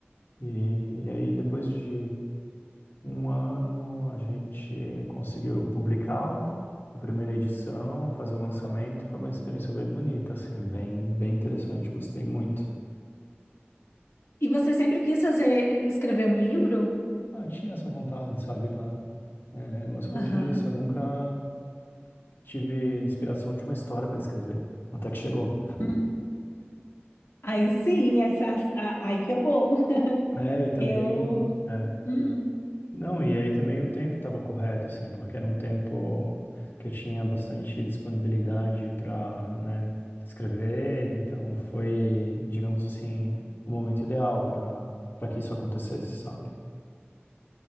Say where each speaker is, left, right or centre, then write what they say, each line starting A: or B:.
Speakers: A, on the left (about 55°); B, on the left (about 75°).
A: E, e aí, depois de um ano, a gente conseguiu publicá-lo, a primeira edição, fazer o lançamento. Foi uma experiência bem bonita, assim, bem, bem interessante. Gostei muito.
B: E você sempre quis fazer, escrever um livro?
A: Ah, Eu tinha essa vontade, sabe, claro. É, mas como
B: Aham.
A: eu te disse, eu nunca tive inspiração de uma história para escrever, até que chegou.
B: Hum. Aí sim, essa- a- aí que é bom. <laughs>
A: É, e também.
B: Eu.
A: é,
B: Hum,
A: Não, e aí também o tempo estava correto, assim, porque era um tempo que eu tinha bastante disponibilidade para, né, escrever, então foi, digamos assim, o momento ideal para para que isso acontecesse, sabe?